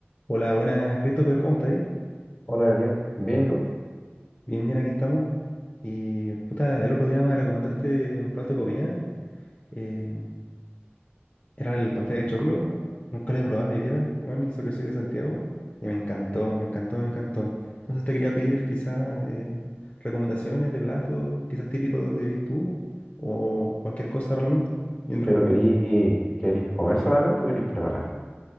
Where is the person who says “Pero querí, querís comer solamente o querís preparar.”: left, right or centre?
Centre